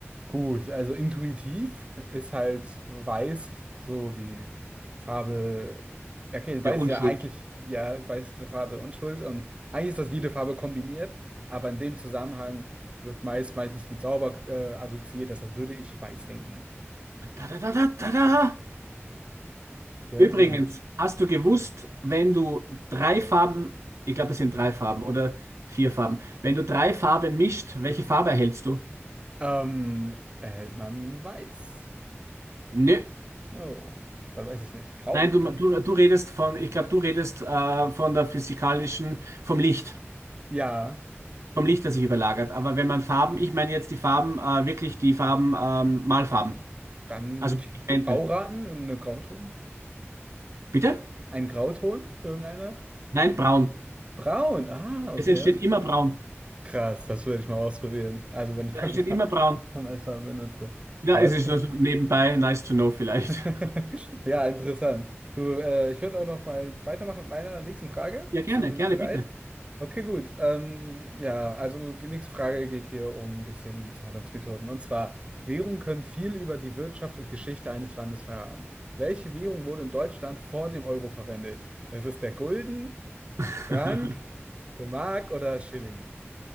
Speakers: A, on the right (about 25°); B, on the right (about 90°).
A: Gut, also intuitiv ist halt weiß so die Farbe. ja, Okay, weiß
B: Der Unschuld.
A: ist ja eigentlich, ja, weiß ist eine Farbe Unschuld und eigentlich ist das jede Farbe kombiniert, aber in dem Zusammenhang wird meist meistens mit sauber äh, assoziiert, deshalb würde ich weiß denken.
B: Da, da, da, da, da, da.
A: Sehr
B: Übrigens,
A: gut.
B: hast du gewusst, wenn du drei Farben, ich glaube, es sind drei Farben oder vier Farben, wenn du drei Farben mischt, welche Farbe erhältst du?
A: Ähm, erhält man weiß?
B: Nö.
A: Oh, dann weiß ich nicht. Grau?
B: Nein, du, du, du redest von, ich glaube, du redest äh, von der physikalischen, vom Licht,
A: Ja,
B: vom Licht, das sich überlagert. Aber wenn man Farben, ich meine jetzt die Farben, äh, wirklich die Farben, ähm, Malfarben,
A: dann
B: also
A: würde
B: Pigmente.
A: ich grau raten, irgendeine Grauton.
B: Bitte?
A: Ein Grauton, irgendeiner?
B: Nein, braun.
A: Braun, ah, okay.
B: Es entsteht
A: Das
B: immer braun.
A: Krass, das würde ich mal ausprobieren. Also wenn ich
B: Es
A: mal
B: entsteht
A: wieder
B: immer braun.
A: <laughs> Amazon benutze.
B: Ja,
A: Ja,
B: es
A: okay.
B: ist nur so nebenbei, nice to know vielleicht.
A: <laughs> Ja, interessant. Du, äh, ich würde auch noch mal weitermachen mit meiner nächsten Frage.
B: Ja,
A: Bist
B: gerne,
A: du
B: gerne,
A: bereit?
B: bitte.
A: Okay, gut. Ähm, ja, also die nächste Frage geht hier um ein bisschen Zahlungsmethoden. Und zwar, Währungen können viel über die Wirtschaft und Geschichte eines Landes verraten. Welche Währung wurde in Deutschland vor dem Euro verwendet? Es ist der Gulden,
B: <laughs>
A: Frank, der Mark oder Schilling?